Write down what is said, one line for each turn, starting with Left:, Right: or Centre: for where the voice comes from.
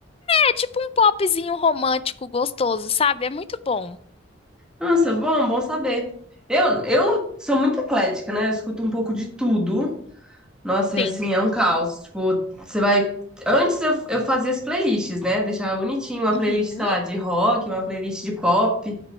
Left: É tipo um popzinho romântico gostoso, sabe? É muito bom.
Centre: Nossa, bom, bom saber. Eu, eu sou muito eclética, né? Eu escuto um pouco de tudo. Nossa,
Left: Sim.
Centre: é assim, é um caos. Tipo, você vai. Antes eu, eu fazia as playlists, né? Deixava bonitinho uma
Left: Uhum.
Centre: playlist, sei lá, de rock, uma playlist de pop,